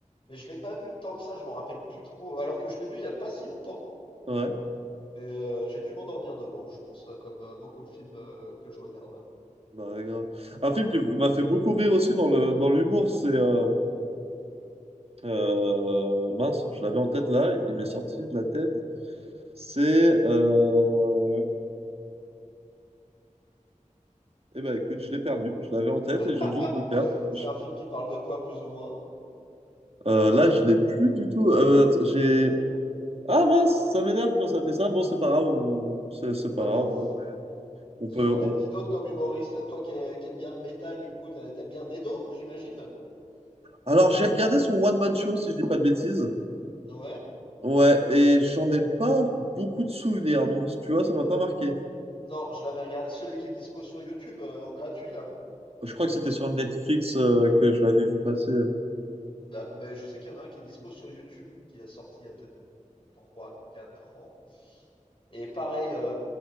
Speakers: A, on the left; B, on the right.
A: Mais je l'ai pas vu tant que ça. Je m'en rappelle plus trop. Alors que je l'ai vu il y a pas si longtemps.
B: Ouais.
A: Mais euh, j'ai dû m'endormir devant, je pense, euh, comme euh, beaucoup de films euh, que je regarde.
B: Bah, ouais, grave. Un film qui m'a fait beaucoup rire aussi dans le, dans l'humour, c'est. euh, euh, mince, je l'avais en tête là, il m'est sorti de la tête. C'est. Euh... Eh ben écoute, je l'ai perdu. Je l'avais en tête
A: <laughs>
B: et je viens juste de le perdre.
A: C'est
B: Je-
A: un film qui parle de quoi, plus ou moins?
B: Euh, là, je l'ai plus du tout. Euh, att- j'ai... Ah mince, ça m'énerve quand ça fait ça. Bon, c'est pas grave, on... c'est c'est pas
A: Pas
B: grave.
A: de souci.
B: hein, mais on
A: Sinon,
B: peut,
A: t'aimes
B: on...
A: qui d'autre comme humoriste? Toi qui, qui aimes bien le métal, du coup, t'a- t'aimes bien Dedo, j'imagine?
B: Alors, j'ai regardé son one-man show, si je dis pas de bêtises.
A: Ouais.
B: Ouais, et j'en ai pas beaucoup de souvenirs, donc tu vois, ça m'a pas marqué.
A: Non, je l'avais regardé. Celui qui est dispo sur YouTube euh, en gratuit là.
B: Je crois que c'était sur Netflix euh, que je l'avais vu passer.
A: D'accord. Ben, je sais qu'il y en a un qui est dispo sur YouTube qui a sorti il y a peut-être trois, quatre ans. Et pareil, euh,